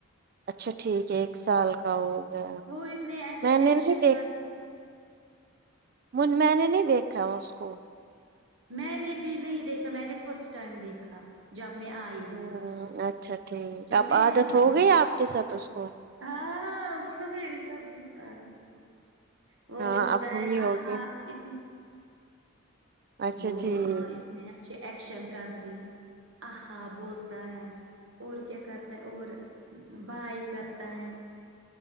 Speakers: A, on the right (about 45°); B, on the right (about 60°).
A: اچھا ٹھیک ہے ایک سال کا ہو گیا
B: وہ اتنے اچھے
A: میں نے
B: ایکشن
A: نہیں
B: کرتے ہیں
A: من میں نے نہیں دیکھا اس کو
B: میں نے بھی نہیں دیکھا میں نے فرسٹ ٹائم دیکھا جب میں آئی
A: ہوں
B: پرسوں
A: اچھا ٹھیک
B: جب
A: اب
B: میں یہاں
A: عادت
B: آئی
A: ہو گئی آپ کے ساتھ اس کو
B: ہاں ہاں اس کو میری سب بہت عادت ہو وہ
A: ہاں
B: بولتا
A: اب ہوئی
B: ہے
A: ہوگی
B: آ ہا ات
A: اچھا
B: وہ
A: ٹھیک
B: اتنے اچھے ایکشن کرتے ہیں آہا بولتا ہے اور کیا کرتے ہے اور بھائی کرتا ہے